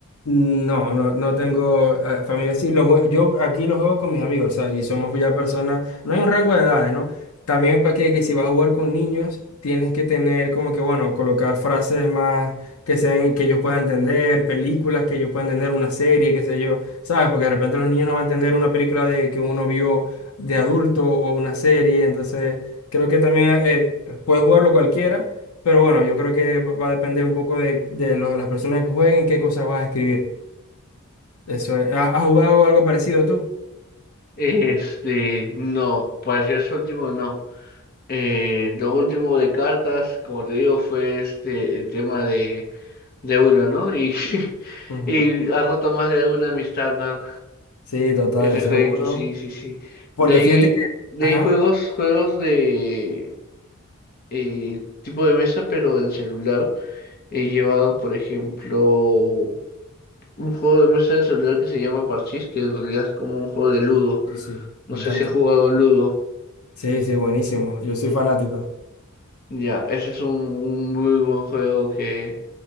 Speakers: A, on the left; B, on the left.
A: No, no, no tengo eh, familia. Sí, los jue- yo aquí los juego con mis amigos, o sea, y somos ya personas. No hay un rango de edades, ¿no? También para que, que si vas a jugar con niños, tienes que tener como que, bueno, colocar frases más que sean que ellos puedan entender, películas que ellos puedan entender, una serie, qué sé yo, ¿sabes? Porque de repente los niños no van a entender una película de que uno vio de adulto o una serie, entonces creo que también eh, puedes jugarlo cualquiera Pero bueno, yo creo que va a depender un poco de, de lo- las personas que jueguen, qué cosas vas a escribir. Eso es. ¿Has has jugado algo parecido tú?
B: Este, no, para ser su último no. Eh, lo último de cartas, como te digo, fue este, el tema de uno, ¿no? Y, <laughs>
A: Ujú.
B: y ha roto más de alguna amistad, ¿no?
A: Sí, total,
B: Ese
A: ese
B: jueguito,
A: uno.
B: sí, sí, sí.
A: Porque
B: De ahí,
A: fíjate que...
B: de
A: Ajá.
B: ahí juegos, juegos de eh, tipo de mesa, pero en celular. He llevado, por ejemplo, un juego de mesa en celular que se llama Parchís, que en realidad es como un juego de Ludo.
A: Sí, sí,
B: No
A: me
B: sé
A: encanta.
B: si has jugado Ludo.
A: Sí, sí, buenísimo. Yo soy fanático.
B: Ya, ese es un, un muy buen juego que,